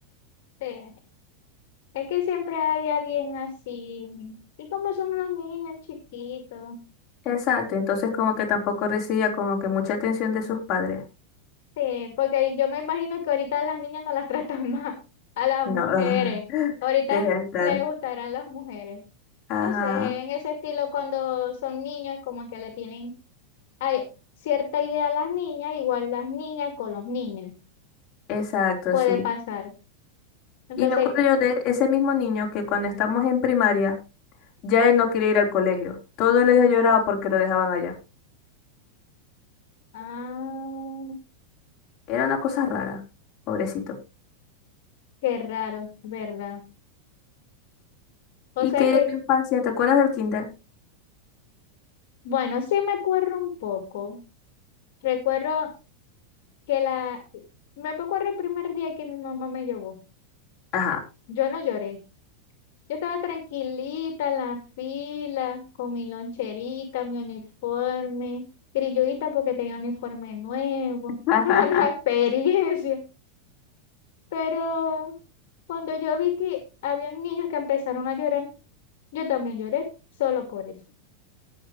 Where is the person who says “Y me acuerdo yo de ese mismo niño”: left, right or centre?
Left